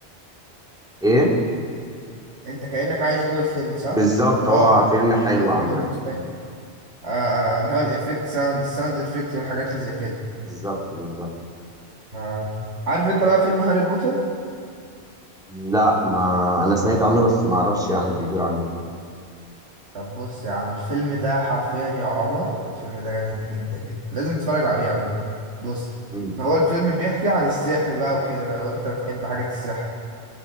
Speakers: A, in the centre; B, on the right.
A: ايه
B: انت كانك عايش جوه الفيلم صح
A: بالظبط
B: اللي
A: هو
B: هو ب-
A: فيلم حلو
B: التأثيرات
A: عامة
B: الموسيقيه آه آه، اللي هو الافكت ساوند الساوند افكت والحاجات اللي زي كده
A: بالظبط بالظبط
B: آه عارف انت بقى فيلم هاري بوتر
A: لا ما انا سمعت عنه بس ما اعرفش يعني بيدور عن ايه
B: طب بص يا عم الفيلم ده حرفيا يا عمر الفيلم ده جامد جدا جدا لازم تتفرج عليه عموما بص
A: مم.
B: هو الفيلم بيحكي عن السحر بقى وكده لو انت بتحب حاجة السحر